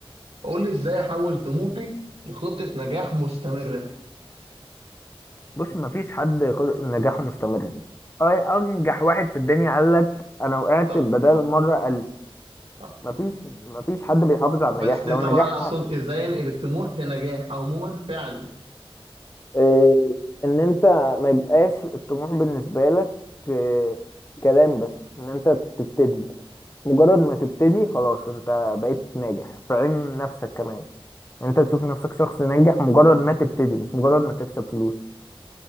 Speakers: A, on the right; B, on the left.
A: قول لي ازاي احول طموحي لخطة نجاح مستمرة
B: بص مفيش حد قد- نجاحه مستمر آه، أنجح واحد في الدنيا قال لك أنا وقعت
A: صح
B: بدل
A: صح
B: مرة ألف
A: صح
B: مفيش
A: صح
B: مفيش حد بيحافظ على
A: بس
B: النجاح
A: طب
B: لو النجاح
A: انا اقصد ازاي انقل الطموح لنجاح عموما فعلي
B: آه، إن أنت ما يبقاش الطموح بالنسبة لك آه، كلام بس إن أنت تبتدي مجرد ما تبتدي خلاص انت بقيت ناجح في عين نفسك كمان انت تشوف نفسك شخص ناجح مجرد ما تبتدي مش مجرد ما تكسب فلوس